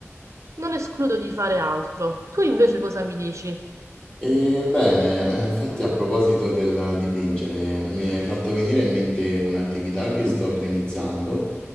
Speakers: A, on the right; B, on the left.
A: non escludo di fare altro. Tu invece cosa mi dici?
B: E bene, eh, infatti a proposito del dipingere, mi è fatto venire in mente un'attività che sto organizzando